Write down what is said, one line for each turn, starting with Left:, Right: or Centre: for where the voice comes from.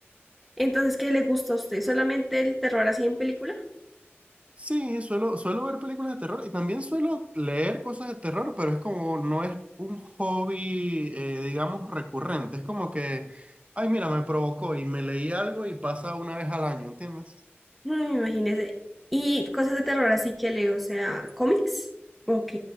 Centre: Entonces, ¿qué le gusta a usted? ¿Solamente el terror así en película?
Right: Sí, suelo, suelo ver películas de terror y también suelo leer cosas de terror, pero es como no es un hobby, eh, digamos, recurrente. Es como que, ay, mira, me provocó y me leí algo y pasa una vez al año, ¿entiendes?
Centre: Mm, Imagínese. Y cosas de terror, así que leo, o sea, cómics. Ok.